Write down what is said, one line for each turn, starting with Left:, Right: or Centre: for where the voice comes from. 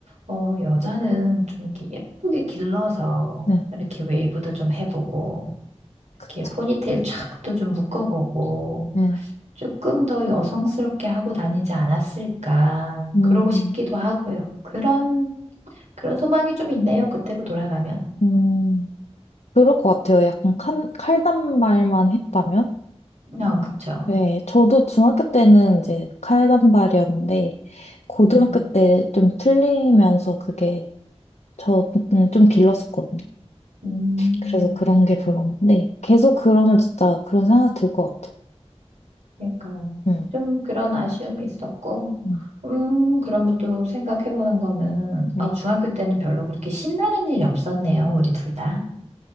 Right: 어, 여자는 좀 이렇게 예쁘게 길러서
Left: 네,
Right: 이렇게 웨이브도 좀 해보고
Left: 그쵸.
Right: 이렇게 포니테일 촥도 좀 묶어보고
Left: 네,
Right: 조금 더 여성스럽게 하고 다니지 않았을까.
Left: 음,
Right: 그러고 싶기도 하고요. 그런, 그런 소망이 좀 있네요. 그때로 돌아가면.
Left: 음. 그럴 것 같아요. 약간 칼, 칼단발만 했다면?
Right: 어, 그쵸.
Left: 네, 저도 중학교 때는 이제 칼단발이었는데, 고등학교
Right: 음,
Left: 때 좀 풀리면서 그게 저는 좀 길렀었거든요.
Right: 음,
Left: 그래서 그런 게 별로 없는데, 계속 그러면 진짜 그런 생각 들 것 같아요.
Right: 그러니까
Left: 음,
Right: 좀 그런 아쉬움이 있었고.
Left: 음,
Right: 음, 그러면 또 생각해보는 거는,
Left: 네.
Right: 어, 중학교 때는 별로 그렇게 신나는 일이 없었네요. 우리 둘 다.